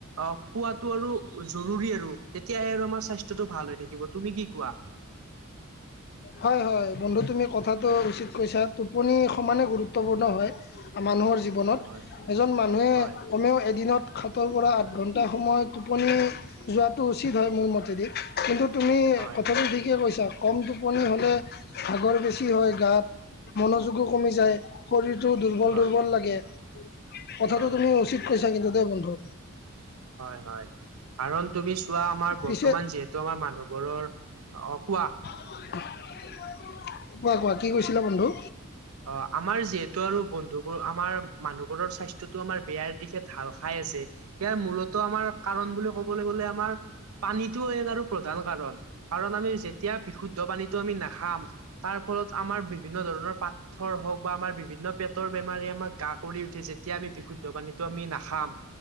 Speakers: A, on the right (about 85°); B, on the left (about 45°).
A: অ' শুৱাটো আৰু জৰুৰী আৰু তেতিয়াহে আৰু আমাৰ স্বাস্থ্যটো ভাল হৈ থাকিব। তুমি কি কোৱা?
B: হয় হয় বন্ধু তুমি কথাটো উচিত কৈছা টোপনি সমানে গুৰুত্বপূৰ্ণ হয়। মানুহৰ জীৱনত,
A: হয়
B: এজন মানুহে
A: হয়
B: কমেও এদিনত সাতৰ পৰা আঠ ঘণ্টা সময় টোপনি যোৱাটো উচিত হয় মোৰ মতেদি। কিন্তু তুমি
A: হয়
B: কথাটো ঠিকে কৈছা কম টোপ টোপনি হ'লে ভাগৰ বেছি হয় গাত, মনোযোগো কমি যায়। শৰীৰটো দুৰ্বল
A: হয়
B: দুৰ্বল লাগে। কথাটো
A: হয়
B: তুমি উচিত কৈছা কিন্তু দেই বন্ধু।
A: হয় হয়, কাৰণ তুমি আমাৰ
B: পিছে
A: বৰ্তমান যিহেতু আমাৰ মানুহবোৰৰ অ' কোৱা।
B: কোৱা কোৱা কি কৈছিলা বন্ধু?
A: অ' আমাৰ যি <unintelligible> আৰু বন্ধুবোৰ আমাৰ মানুহবোৰৰ স্বাস্থ্যতো আমাৰ বেয়াৰ দিশে ঢাল খাই আছে। ইয়াৰ মূলত আমাৰ কাৰণ বুলি ক'বলৈ গ'লে আমাৰ পানীটো এই আৰু প্ৰধান কাৰণ, কাৰণ আমি যেতিয়া বিশুদ্ধ পানীটো আমি নাখাম তাৰ ফলত আমাৰ বিভিন্নধৰণৰ পাথৰ হওঁক বা আমাৰ বিভিন্ন পেট পতৰ বেমাৰাৰে আমাক গা কৰি উঠে যেতিয়া আমি বিশুদ্ধ পানীটো আমি নাখাম